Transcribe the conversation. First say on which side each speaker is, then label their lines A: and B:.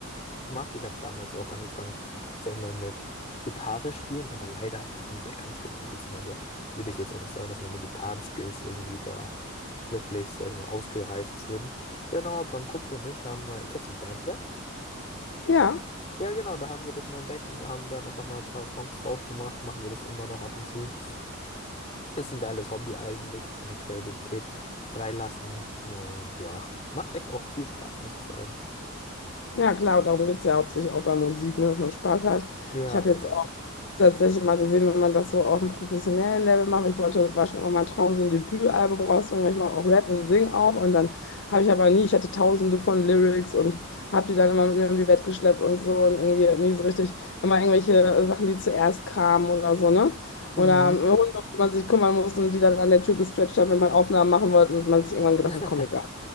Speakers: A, on the left; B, on the left.
A: machst. Ich habe damals auch angefangen, sag ich mal, mit Gitarre spielen, aber leider habe ich das nie so ernst genommen, beziehungsweise würde ich jetzt auch nicht sagen, dass meine Gitarrenskills irgendwie da wirklich, sag ich mal, ausgereift sind. Genau, aber ein Kumpel und ich haben mal, kennst du Bandle?
B: Ja.
A: Ja, genau, da haben wir das mal entdeckt und da haben dann einfach mal ein paar Songs drauf gemacht, machen wir das immer noch ab und zu. Ist ein geiles Hobby eigentlich, seine Kreativität freilassen und ja, macht echt auch viel Spaß, muss ich sagen.
B: Ja, klar, darum geht es ja hauptsächlich auch bei Musik, ne, dass man Spaß hat.
A: Ja,
B: Ich habe
A: genau.
B: jetzt auch tatsächlich mal gesehen, wenn man das so auf einem professionellen Level macht, weil ich wollte, war schon immer mein Traum, so ein Debütalbum rauszubringen, weil ich mache auch Rap und singe auch. Und dann habe ich aber nie, ich hatte tausende von Lyrics und habe die dann immer mit mir um die Welt geschleppt und so und irgendwie nie so richtig, immer irgendwelche Sachen, die zuerst kamen oder so, ne?
A: Mhm.
B: Oder ähm, Hunde, um die man sich kümmern musste und die dann an der Tür gescratcht haben, wenn man Aufnahmen machen wollte und man sich irgendwann gedacht
A: <laughs>
B: hat, komm, egal.